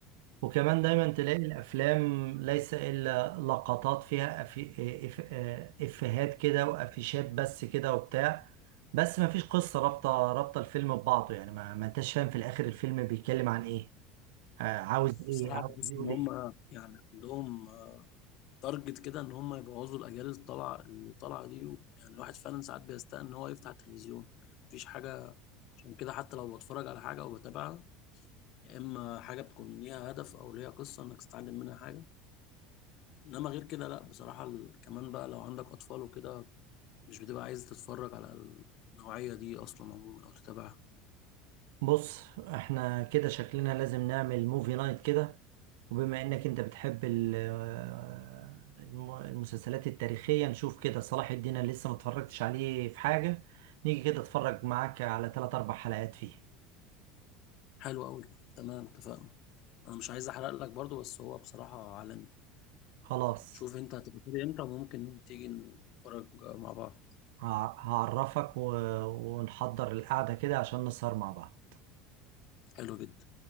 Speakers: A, on the right (about 80°); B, on the left (about 55°).
A: وكمان دايما تلاقي الأفلام ليس إلا لقطات فيها أفي... آه، إف... آه، إفيهات كده وأفيشات بس كده وبتاع بس ما فيش قصة رابطة رابطة الفيلم ببعضه يعني ما, ما أنتش فاهم في الآخر الفيلم بيتكلم عن إيه آه، عاوز إيه
B: بصراحه
A: عاوز
B: بحس
A: إيه
B: ان
A: وليه
B: هم يعني عندهم تارجت كده ان هم يبوظوا الاجيال اللي طالعه اللي طالعه دي يعني الواحد فعلا ساعات بيستاء ان هو يفتح التلفزيون مفيش حاجه عشان كده حتى لو بتفرج على حاجة أو بتابعها يا إما حاجة بتكون ليها هدف أو ليها قصة إنك تتعلم منها حاجة إنما غير كده لأ بصراحة ال- كمان بقى لو عندك أطفال وكده مش بتبقى عايز تتفرج على النوعية دي أصلا عموما أو تتابعها
A: بص احنا كده شكلنا لازم نعمل موفي نايت كده وبما انك انت بتحب ال- آه، الم- المسلسلات التاريخية نشوف كده صلاح الدين أنا لسه متفرجتش عليه في حاجة نيجي كده اتفرج معاك على تلات أربع حلقات فيه
B: حلو أوي تمام اتفقنا أنا مش عايز أحرق لك برضو بس هو بصراحة عالمي
A: خلاص
B: شوف أنت هتبقى فاضي إمتى وممكن تيجي نتفرج مع بعض
A: ه- هعرفك و- ونحضر القعدة كده عشان نسهر مع بعض
B: حلو جدا